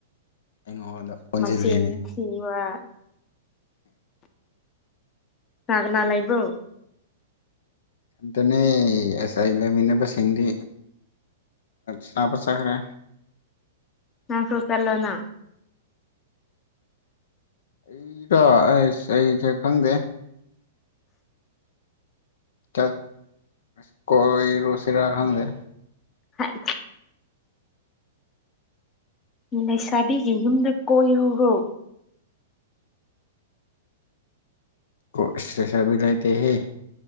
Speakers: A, on the left (about 65°); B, on the left (about 30°).
A: ꯑꯩꯉꯣꯟꯗ ꯑꯣꯟꯁꯤꯜꯂꯦꯅꯦ
B: ꯃꯆꯤꯟ ꯊꯤꯕ ꯀꯅꯥ ꯀꯅꯥ ꯂꯩꯕ꯭ꯔ‌ꯣ
A: ꯑꯩꯇꯅꯦ ꯑꯁ ꯑꯩ ꯂꯩꯃꯤꯟꯅꯕꯁꯤꯡꯗꯤ ꯁꯥꯅꯕ ꯆꯠꯈ꯭ꯔꯦ
B: ꯅꯪꯁꯨ ꯆꯠꯂ‌ꯣꯅ
A: ꯑꯩꯔ‌ꯣ ꯑꯁ ꯑꯩꯁꯦ ꯈꯪꯗꯦ ꯆꯥꯛ ꯑꯁ ꯀꯣꯏꯔꯨꯁꯤꯔꯥ ꯈꯪꯗꯦ
B: ꯍꯥꯏ ꯂꯩꯁꯥꯕꯤꯒꯤ ꯌꯨꯝꯗ ꯀꯣꯏꯔꯨꯔꯣ
A: ꯀ‌ꯣꯏ ꯂꯩꯁꯥꯕꯤ ꯂꯩꯇ‌ꯦꯍ‌ꯦ